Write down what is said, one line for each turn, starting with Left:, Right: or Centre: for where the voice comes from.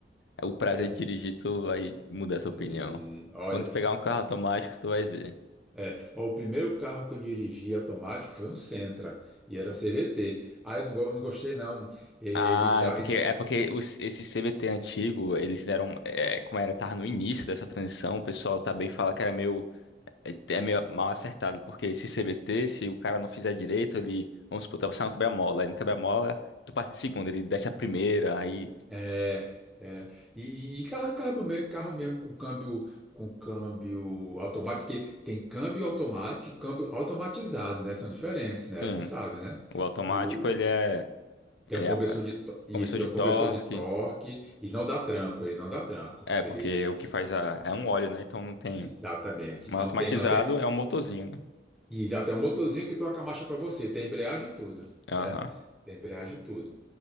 Left: é o prazer
Centre: é,
Left: de dirigir, tu vai mudar essa
Centre: hum,
Left: opinião.
Centre: olha,
Left: Quando tu pegar um carro automático, tu vai ver.
Centre: É, ó, o primeiro carro que eu dirigi automático foi um Sentra, e era CVT. Ah, eu não, go- não gostei não. Ele
Left: Ah,
Centre: dá,
Left: é porque,
Centre: ele dá-
Left: é porque os, esse CVT antigo, eles eram, é, como era, tava no início dessa transição, o pessoal também fala que era meio, é é meio mal acertado, porque esse CVT, se o cara não fizer direito, ele, vamos supor, tá passando um quebra-mola, aí no quebra-mola, tu passa de segunda, ele desce a primeira, aí
Centre: é, é. E, e carro, carro mesmo, carro mesmo com câmbio, com câmbio automático, porque tem câmbio automático e câmbio automatizado, né? São diferentes, né?
Left: Sim,
Centre: Tu sabe, né?
Left: o automático
Centre: O,
Left: ele é,
Centre: tem
Left: ele
Centre: um conversor
Left: é a-
Centre: de to- isso,
Left: conversor
Centre: tem
Left: de
Centre: um
Left: torque.
Centre: conversor de torque e não dá tranco, ele não dá tranco.
Left: É,
Centre: Ele
Left: porque o que faz a, é um óleo, né? Então não tem.
Centre: exatamente,
Left: Um
Centre: não
Left: automatizado
Centre: tem, não tem
Left: é um motorzinho, né?
Centre: E já tem um motorzinho que troca a marcha para você, tem embreagem e tudo, né?
Left: Aham.
Centre: Tem embreagem e tudo.